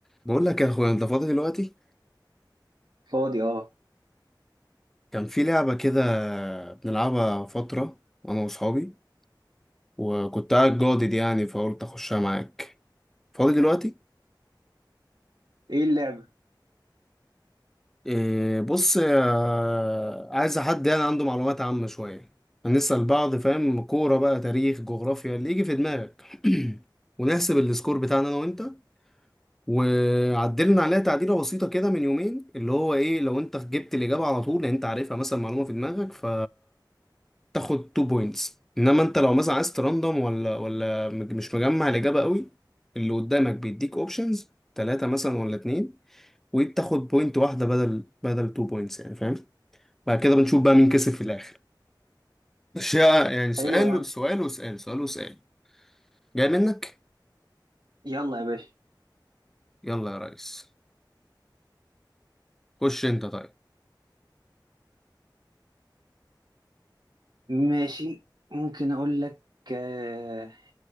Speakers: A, in the centre; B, on the right.
A: بقول لك يا اخويا انت فاضي دلوقتي
B: فاضي اه
A: كان في لعبة كده بنلعبها فترة انا واصحابي وكنت قاعد جادد يعني فقلت اخشها معاك فاضي دلوقتي
B: ايه اللعبة
A: إيه بص آه، عايز حد يعني عنده معلومات عامة شوية هنسأل بعض فاهم كورة بقى تاريخ جغرافيا اللي يجي في دماغك <clears throat> ونحسب السكور بتاعنا انا وانت وعدلنا عليها تعديلة بسيطة كده من يومين اللي هو ايه لو انت جبت الإجابة على طول لان انت عارفها مثلا معلومة في دماغك ف تاخد 2 بوينتس انما انت لو مثلا عايز تراندوم ولا ولا مج- مش مجمع الاجابه قوي اللي قدامك بيديك اوبشنز ثلاثه مثلا ولا اتنين وبتاخد بوينت واحده بدل بدل 2 بوينتس يعني فاهم بعد كده بنشوف بقى مين كسب في الاخر اشياء يعني سؤال
B: حلو يا عم
A: سؤال وسؤال سؤال وسؤال جاي منك
B: يلا يا باشا
A: يلا يا ريس خش انت طيب
B: ماشي ممكن اقول لك آه،